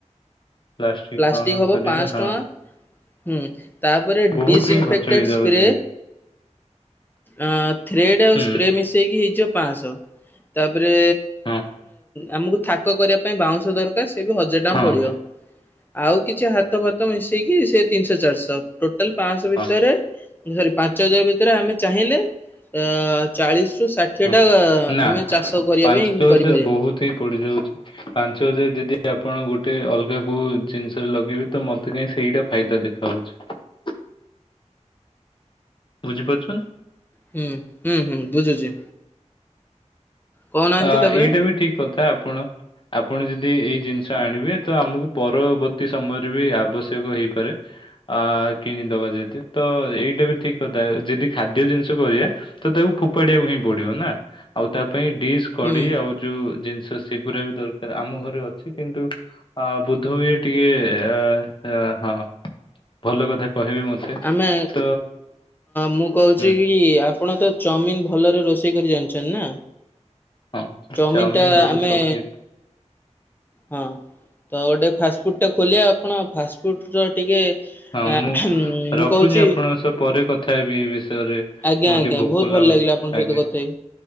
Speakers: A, on the left (about 40°); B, on the left (about 15°).
A: ପ୍ଲାଷ୍ଟିକ
B: ପ୍ଲାଷ୍ଟିକ୍
A: କଣ
B: ହବ
A: କରିବେ
B: ପାଞ୍ଚ
A: ହଁ
B: ଟଙ୍କା। ହୁଁ ତାପରେ
A: ବହୁତ
B: ଡିସଇନଫେକ୍ଟେଡ
A: ହିଁ ଖର୍ଚ୍ଚ ହେଇଯାଉଛି
B: ସ୍ପ୍ରେ ଅ ଥ୍ରେଡ ଆଉ
A: ହୁଁ
B: ସ୍ପ୍ରେ ମିଶେଇକି ହେଇଯିବ ପାଞ୍ଚଶହ ତା ତାପରେ
A: ହଁ
B: ଆମକୁ ଥାକ କରିବା ପାଇଁ ବାଉଁଶ ଦରକାର। ସେ ବି ହଜାରେ ଟଙ୍କା
A: ହଁ।
B: ପଡିବ। ଆଉ କିଛି ହାତ ଫାତ ମିଶେଇକି ସେ ତିନିଶହ ଚାରିଶହ ଟୋଟାଲ ପାଞ୍ଚଶହ ଭିତରେ
A: ହଁ
B: ସରି ପାଞ୍ଚ ହଜାର ଭିତରେ ଆମେ ଚାହିଁଲେ ଅ ଚାଳିଶ ରୁ ଷାଠିଏ
A: ହଁ
B: ଟା
A: ନା
B: ଆମେ ଚାଷ କରିବା
A: ପାଞ୍ଚ
B: ପାଇଁ
A: ହଜାର
B: କରିପାରିବା।
A: ବହୁତ ହିଁ ପଡିଯାଉଛି ପାଞ୍ଚ ହଜାର ଯଦି ଆପଣ ଗୋଟେ ଅଲଗା କୋଉ ଜିନିଷରେ ଲଗେଇବେ ତ ମତେ କାହିଁ ସେଇଟା ଫାଇଦା ଦେଖାଯାଉଛି। <unintelligible> ବୁଝିପାରୁଛନ୍।
B: ହୁଁ ହୁଁ ହୁଁ ବୁଝୁଛି। କହୁନାହାନ୍ତି
A: ଅ
B: ତାପରେ
A: ଏଇଟା ବି ଠିକ କଥା ଆପଣ ଆ ଆପଣ ଯଦି ଏଇ ଜିନିଷ ଆଣିବେ ତ ଆମକୁ ପରବର୍ତ୍ତୀ ସମୟରେ ବି ଆବଶ୍ୟକ ହେଇପାରେ ଆ କିଣିଦବା ଯଦି ତ ଏଇଟା ବି ଠିକ କଥା ଯଦି ଖାଦ୍ୟ ଜିନିଷ କରିବା ତ ତାକୁ ଫୋପ ଫୋପାଡିବାକୁ ହଁ ପଡିବ ନା ଆଉ ତା ପାଇଁ ଡିସ କଡେଇ
B: ହୁଁ
A: ଆଉ ଯୋଉ ଜିନ ସ ସେଗୁରା ବି ଦରକାର ଆମ ଘରେ ଅଛି କିନ୍ତୁ ଅ ବୁଦ୍ଧ ଭାଇ ଟିକେ ଅ ହଁ ଭଲ କଥା କହିବେ ମତେ
B: ଆମେ
A: ତ
B: ମୁଁ କହୁଛି
A: ହୁଁ
B: କି ଆପଣ ତ ଚାଉମିିନ ଭଲରେ ରୋଷେଇ କରି ଜାଣିଛନ୍ତି ନା
A: ହଁ
B: ଚାଉମିିନ ଟା
A: ରୋଲ
B: ଆମେ
A: ସବୁ
B: ହଁ ତ ଗୋଟେ ଫାଷ୍ଟଫୁଡ଼ ଟା ଖୋଲିବା ଆପଣ ଫାଷ୍ଟଫୁଡ଼ ର ଟିକେ
A: ହଁ
B: ଆ
A: ମୁଁ
B: ମୁଁ
A: ରଖୁଛି
B: କହୁଛି
A: ଆପଣଙ୍କ ସହ ପରେ କଥା ହେବି ବିଷ ରେ ମତେ
B: ଆଜ୍ଞା ଆଜ୍ଞା
A: ଟିକେ ଭୋକ
B: ବହୁତ ଭଲ
A: ଲାଗୁଛି
B: ଲାଗିଲା ଆପଣଙ୍କ
A: ଆଜ୍ଞା।
B: ସହିତ କଥା ହେଇ